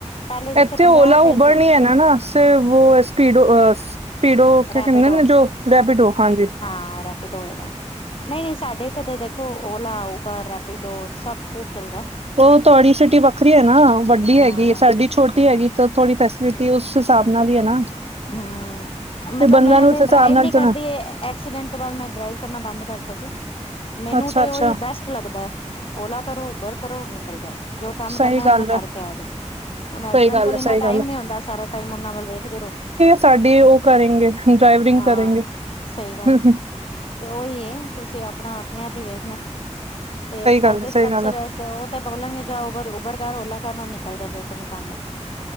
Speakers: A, on the left (about 50°); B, on the right (about 55°).
A: ਪਹਿਲੇ ਜਿੱਥੇ
B: ਇੱਥੇ
A: ਪੰਜਾਹ
B: ਓਲਾ
A: ਰੁਪਏ
B: ਉਭਰ
A: ਚ
B: ਨਹੀਂ ਹੈਗਾ ਨਾ, ਸਿਰਫ ਸਪੀਡ ਫਿਰ ਓ, ਕਹਿੰਦੇ
A: ਰੈਪੀਡੋ
B: ਨਾ ਜੋ, ਲੈਪੀਡੋ ਹਾਂਜੀ
A: ਹਾਂ ਰੈਪੀਡੋ ਹੋਏਗਾ ਨਹੀਂ- ਨਹੀਂ ਸਾਡੇ ਇੱਥੇ ਤਾਂ ਦੇਖੋ ਓਲਾ, ਉਬਰ, ਰੈਪੀਡੋ ਸਭ ਖੂਬ ਚੱਲਦਾ
B: ਉਹ ਤੁਹਾਡੀ ਸਿਟੀ ਵੱਖਰੀ ਹੈ ਨਾ, ਵੱਡੀ ਹੈਗੀ,
A: ਹਾਂ
B: ਸਾਡੀ ਛੋਟੀ ਹੈਗੀ। ਥੋੜ੍ਹੀ ਫੈਸਿਲਿਟੀ, ਉਸ ਹਿਸਾਬ ਨਾਲ ਹੀ ਹੈ ਨਾ
A: ਹਮ ਮਤਲਬ
B: ਤੇ ਬੰਦਾ
A: ਮੈਂ
B: ਨੂੰ
A: ਤੇ
B: ਉਸ
A: ਡਰਾਈਵ
B: ਹਿਸਾਬ ਨਾਲ
A: ਵੀ ਨਹੀਂ
B: ਚਲਾ
A: ਕਰਦੀ, ਐਕਸੀਡੈਂਟ ਤੋਂ ਬਾਅਦ ਮੈਂ ਡਰਾਈਵ ਕਰਨਾ ਬੰਦ ਕਰਤਾ ਸੀ। ਮੈਨੂੰ
B: ਅੱਛਾ
A: ਤੇ
B: ਅੱਛਾ
A: ਉਹੀ ਬੈਸਟ ਲੱਗਦਾ, ਓਲਾ ਕਰੋ, ਉਬਰ ਕਰੋ ਨਿਕਲ ਜਾਓ ਜੋ ਕੰਮ
B: ਸਹੀ
A: ਕਰਨਾ, ਆਪਣਾ
B: ਗੱਲ ਹੈ
A: ਕਰਕੇ ਆਜੋ ਹੁਣ ਹਸਬੈਂਡ
B: ਗੱਲ
A: ਕੋਲ ਇੰਨਾ ਟਾਈਮ
B: ਗੱਲ
A: ਨੀ ਹੁੰਦਾ, ਸਾਰਾ ਟਾਈਮ ਉਹਨਾਂ ਵੱਲ ਵੇਖਦੇ ਰਹੋ
B: ਸਾਡੀ ਉਹ ਕਰੇਂਗੇ, ਡਰਾਈਵਰਿੰਗ
A: ਹਾਂ
B: ਕਰੇਂਗੇ
A: ਸਹੀ ਗੱਲ
B: ਹਮ
A: ਹੈ
B: ਹ
A: ਤੇ ਉਹੀ, ਤੁਸੀਂ ਆਪਣਾ ਆਪਣੇ ਆਪ ਹੀ ਵੇਖਣਾ, ਤੇ ਇਸ
B: ਗੱਲ
A: ਕਰਕੇ ਸਭ
B: ਗੱਲ
A: ਸੇ ਬੈਸਟ ਤੇ ਉਹ ਤੇ ਬੋਲਣਗੇ, ਜਾ ਉਬਰ- ਉਭਰ ਕਰ ਓਲਾ ਕਰ ਨੂੰ ਨਿਕਲ ਜਾ ਜੋ ਤੈਨੂੰ ਕੰਮ ਹੈ